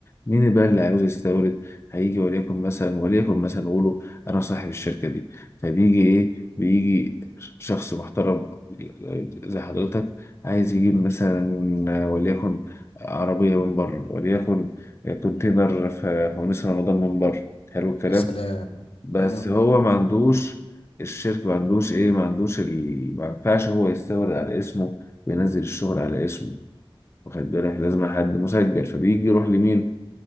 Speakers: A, on the left (about 30°); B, on the left (about 80°).
A: مين بقى اللي عاوز يستورد هيجي وليكن مثلا وليكن مثلا نقوله انا صاحب الشركة دي فبيجي ايه بيجي شخص محترم زي حضرتك عايز يجيب
B: مم.
A: مثلا وليكن عربية من بره وليكن كونتينر في في ونيس رمضان من بره حلو الكلام
B: يا سلام
A: بس
B: مم.
A: هو ما عندوش الشركة ما عندوش ايه ما عندوش ال... ما ينفعش هو يستورد على اسمه وينزل الشغل على اسمه واخد بالك لازم حد مسجل فبيجي يروح لمين